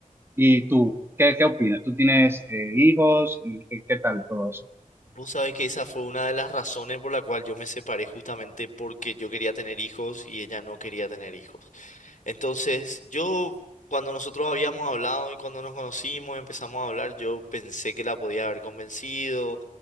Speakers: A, on the right; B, on the left.
A: ¿Y tú, qué, qué opinas? ¿Tú tienes eh, hijos? ¿Y qué, qué tal todo eso?
B: Vos sabés que esa fue una de las razones por la cual yo me separé justamente porque yo quería tener hijos y ella no quería tener hijos. Entonces, yo, cuando nosotros habíamos hablado y cuando nos conocimos, y empezamos a hablar, yo pensé que la podía haber convencido,